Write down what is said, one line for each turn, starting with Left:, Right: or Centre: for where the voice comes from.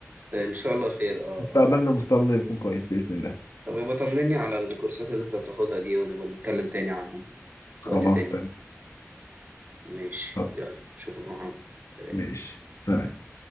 Right: إن شاء الله خير آه
Left: مستقبلنا
Right: آه
Left: مستقبلنا يكون كويس باذن الله
Right: طب يبقى طمني على الكورسات اللي أنت بتاخدها دي ونبقى نتكلم تاني عنهم
Left: خلاص
Right: وقت تاني
Left: تمام
Right: ماشي
Left: آه،
Right: يلا أشوفك يا محمد سلام
Left: ماشي سلام